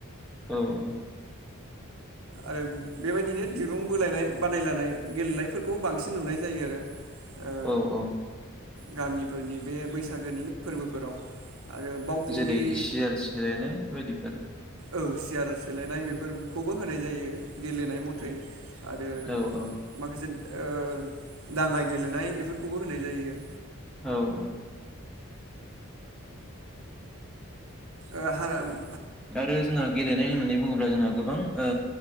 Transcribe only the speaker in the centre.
औ औ
औ औ
जेरै सियार सिलायनाय बायदिफोर
औ औ औ
औ औ
आरो जोंहा गेलेनाय होननानै बुङोब्ला जोंहा गोबां ओ